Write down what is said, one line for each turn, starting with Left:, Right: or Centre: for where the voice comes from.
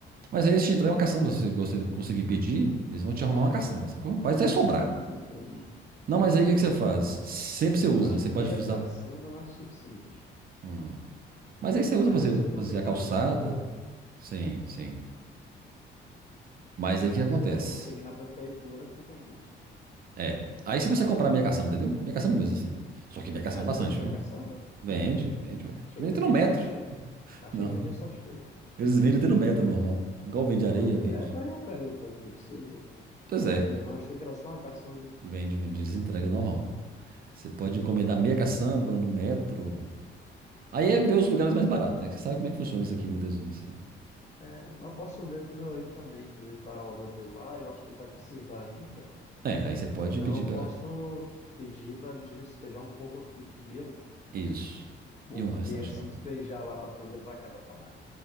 Right: Mas aí se te entrar uma caçamba, se você conseguir pedir, eles vão te arrumar
Left: Ah,
Right: uma caçamba,
Left: mas a, ca-
Right: sacou?
Left: a
Right: Pode
Left: caçamba
Right: até sobrar.
Left: é muito pra mim.
Right: Não, mas
Left: É
Right: aí
Left: quando
Right: o que que
Left: eu falo,
Right: você faz?
Left: é muito.
Right: Sempre você usa.
Left: Eu acho
Right: Você
Left: que
Right: pode
Left: meia
Right: usar.
Left: caçamba é mais que suficiente.
Right: Hum. Mas aí você usa
Left: Mas
Right: pra fazer,
Left: aí se eu conseguir
Right: fazer a calçada.
Left: na prefeitura.
Right: Sim, sim. Mas aí o que acontece?
Left: Se eu não conseguir na prefeitura, fica muito.
Right: É. Aí se você consegue comprar meia caçamba, entendeu? Meia caçamba mesmo, assim. Só que meia caçamba
Left: Às
Right: é bastante,
Left: vezes meia
Right: viu?
Left: caçamba,
Right: Vende, vende, ué.
Left: achei
Right: Vende
Left: que
Right: até
Left: vendia
Right: no metro.
Left: só cheio, achei
Right: Não.
Left: que vendia só cheio.
Right: Eles vendem até no metro normal. Igual vende areia,
Left: Mas no
Right: vende.
Left: metro aí eu pego o tanto que eu preciso, ó.
Right: Pois
Left: Sabia,
Right: é.
Left: não? Achei que era só uma caçamba.
Right: Vende, vende. Eles entregam normal. Você pode encomendar meia caçamba no metro, Aí é ver os lugares mais baratos, né? Que Você sabe como é que funciona isso aqui em Montezuma, assim.
Left: É, mas eu posso ver com o Neorim também, que ele tá a obra dele lá. Eu acho que ele vai precisar ainda.
Right: É, aí você pode
Left: Então
Right: pedir
Left: eu
Right: pra.
Left: posso pedir para despejar um pouco aqui primeiro,
Right: Isso.
Left: porque
Right: E um restaurante
Left: se
Right: lá.
Left: despejar lá para trazer para cá dá trabalho,